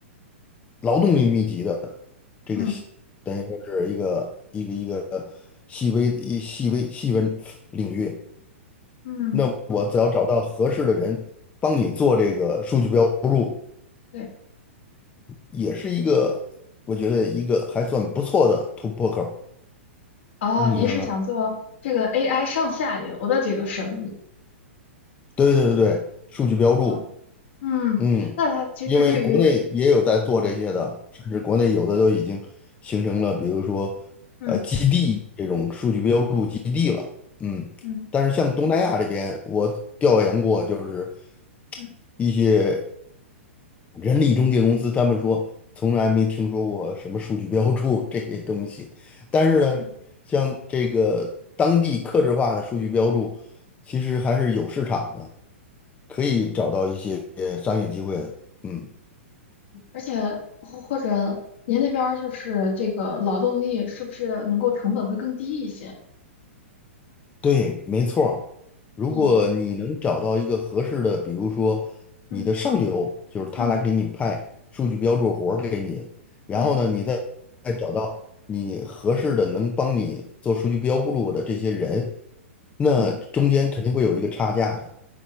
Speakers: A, on the left; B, on the left.
A: 劳动力密集的这个细，
B: 嗯
A: 等于说是一个一个一个细微一细微细分领域。
B: 嗯，
A: 那我只要找到合适的人帮你做这个数据标注，
B: 对对，
A: 也是一个我觉得一个还算不错的突破口儿
B: 哦，
A: 你觉得呢？
B: 您是想做这个 AI 上下游的这个生意？
A: 对对对对，数据标注。
B: 哦，嗯，
A: 嗯，
B: 那它其实对于
A: 因为国内也有在做这些的，
B: 对，
A: 甚至国内有的都已经形成了，比如说呃基地这种数据标注基地了。
B: 嗯
A: 嗯，
B: 嗯
A: 但是像东南亚这边，我调研过，就是
B: 嗯
A: 一些人力中介公司，他们说从来没听说过什么数据标注这些东西。
B: 嗯
A: 但是呢，
B: 嗯嗯
A: 像这个当地客制化的数据标注，其实还是有市场的，可以找到一些商业机会的。嗯。
B: 而且或或者您那边儿就是这个劳动力是不是能够成本会更低一些？
A: 对，没错儿如果你能找到一个合适的，
B: 哦，
A: 比如说你的上游，
B: 嗯，
A: 就是他来给你派数据标注活儿给你，
B: 嗯
A: 然后呢，
B: 对
A: 你再再找到你合适的能帮你做数据标注的这些人，那中间肯定会有一个差价的。
B: 嗯